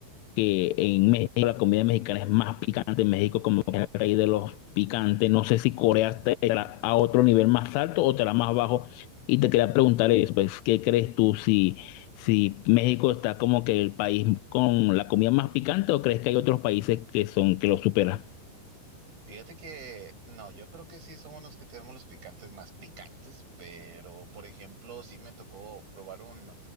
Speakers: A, on the left; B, on the right.
A: que en México la comida mexicana es más picante, en México como que es el rey de los picantes, no sé si Corea te la a otro nivel más alto o te la más bajo, y te quería preguntar eso, pues, ¿qué crees tú si, si México está como que el país con la comida más picante o crees que hay otros países que son, que lo superan?
B: Fíjate que no, yo creo que sí somos los que tenemos los picantes más picantes, pero por ejemplo, sí me tocó probar un,